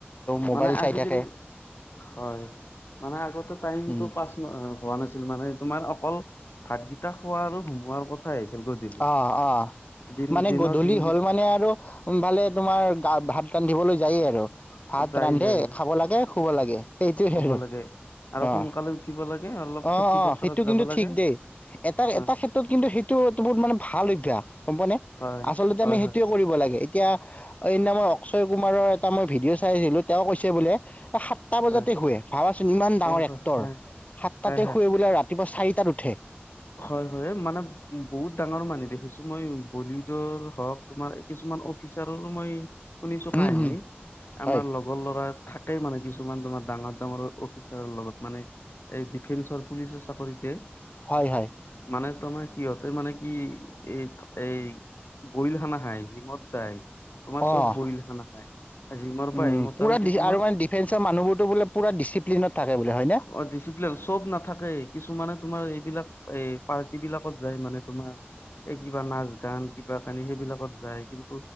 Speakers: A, on the left; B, on the left.
A: মোবাইল
B: মানে আজিকালি,
A: চাই থাকে
B: হয় মানে আগতে টাইমটো
A: উম,
B: পাছ হোৱা নাছিল। মানে তোমাৰ অকল ভাতগিটা খোৱা আৰু হুমোৱাৰ কথাই আহিছিল। গধূলি
A: অ-অ,
B: দিন
A: মানে
B: দিনৰ
A: গধূলি
B: দিনকেইট
A: হ'ল মানে আৰু ভালে তোমাৰ গা ভাত দিবলৈ যায়েই আৰু। ভাত
B: যাই
A: ৰান্ধে,
B: যাই
A: খাব লাগে, শুব লাগে। সেইটোৱে
B: খাব
A: আৰু।
B: লাগে আৰু সোনকালে
A: অ।
B: উঠিব লাগে অলপ
A: অঁ-অঁ,
B: খেতি পথাৰত
A: সেইটো
B: যাব
A: কিন্তু
B: লাগে
A: ঠিক দেই। এটা
B: হয়
A: এটা ক্ষেত্ৰত কিন্তু সেইটো বহুত মানে ভাল অভ্যাস, গম পোৱা নে?
B: হয়
A: আচলতে
B: হয়
A: আমি সেইটোৱে
B: হয়
A: কৰিব লাগে। এতিয়া এই নামই অক্ষয় কুমাৰৰ এটা মই ভিডিঅ' চাই আহিলোঁ। তেওঁ কৈছে বোলে সাতটা বজাতে
B: হয়
A: শুৱে। ভাবাচোন ইমান
B: হয়
A: ডাঙৰ
B: হয়
A: এক্টৰ,
B: হয়
A: সাতটাতে
B: হয়
A: শুৱে বোলে। ৰাতিপুৱা চাৰিটাত উঠ
B: হয়-হয়, মানে বহুত ডাঙৰ মানুহ দেখিছো মই। বলীউডৰ হওঁক, তোমাৰ কিছুমান অফিচাৰৰো মই শুনিছো
A: উম,
B: কাহিনী।
A: উম, হয়,
B: আমাৰ লগৰ ল'ৰা থাকেই মানে কিছুমান তোমাৰ ডাঙৰ ডাঙৰ অফিচাৰৰ লগত মানে এই ডিফেন্সৰ পুলিচৰ চাকৰিতে।
A: হয়, হয়,
B: মানে তোমাৰ সিহঁতে মানে কি এই এই বইল খানা খায়, জিমত যায়। তোমাৰ
A: অ'।
B: চব বইল খানা খায়। জিমৰ পৰা
A: উম
B: আহি মোটামুটি
A: পুৰা
B: তোমাৰ
A: আৰু মানে ডিফেন্সৰ মানুহবোৰতো বোলে পুৰা ডিচিপ্লিনত থাকে বোলে। হয়নে?
B: অ ডিচিপ্লিন চব নাথাকে। কিছুমানে তোমাৰ এই বিলাক এ পাৰ্টি বিলাকত যায় মানে তোমাৰ। এই কিবা নাচ-গান ক কানি সেইবিলাকত যায়। কিন্তু